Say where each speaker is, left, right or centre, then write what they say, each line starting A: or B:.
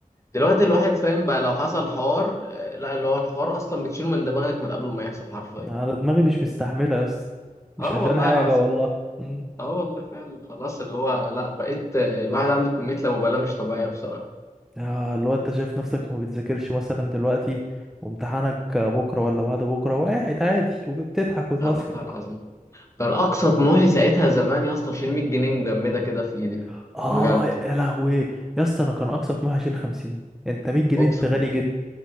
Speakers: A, on the left; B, in the centre.
A: دلوقتي الواحد فاهم بقى لو حصل حوار آه، لا اللي هو الحوار اصلا بتشيله من دماغك من قبل ما يحصل حرفيا
B: انا دماغي مش مستحمله يا اسطى مش
A: اه
B: عشان
A: والله
B: حاجه
A: العظيم
B: والله مم.
A: اه والله فعلا خلاص اللي هو لا بقيت آه، الواحد عنده كمية لا مبالاة مش طبيعية بصراحة
B: اه اللي هو انت شايف نفسك ما بتذاكرش مثلا دلوقتي وامتحانك بكره ولا بعد بكره وقاعد عادي وبتضحك وتهزر
A: اه والله العظيم كان اقصى طموحي ساعتها زمان يا اسطى اشيل 100 جنيه مجمدة كده في ايدي
B: <laughs> اه
A: بجد
B: يا لهوي يا اسطى انا كان اقصى طموحي اشيل 50 انت 100 جنيه
A: اقسم
B: انت غني
A: بالله.